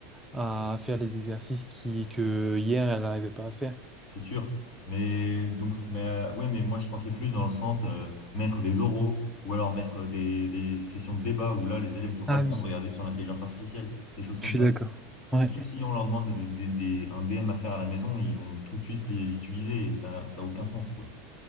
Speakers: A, in the centre; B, on the left.
A: à, à faire des exercices qui que hier elle n'arrivait pas à faire.
B: C'est sûr. Mais donc, mais, euh, ouais, mais moi je pensais plus dans le sens euh, mettre des oraux ou alors mettre euh, des, des sessions de débat où là les élèves ils ont pas
A: Ah
B: le temps
A: oui,
B: de regarder sur l'intelligence artificielle, des choses comme
A: je suis
B: ça.
A: d'accord. Ouais.
B: C'est sûr que si on leur demande des, des- des- un DM à faire à la maison, ils vont tout de suite les- l'utiliser et ça, ça a aucun sens, quoi.